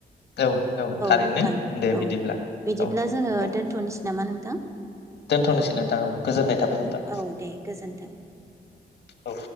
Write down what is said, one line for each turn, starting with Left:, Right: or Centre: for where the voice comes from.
Left: औ औ थारैनो
Right: नोंथां
Left: दे
Right: औ
Left: बिदिब्ला।
Right: बिदिब्ला
Left: औ
Right: जोङो
Left: औ
Right: दोन्थनोसै नामा नोंथां
Left: दोनथ'नोसै नोंथां औ गोजोननाय थाबाय नोंथां
Right: औ दे गोजोनथों।
Left: औ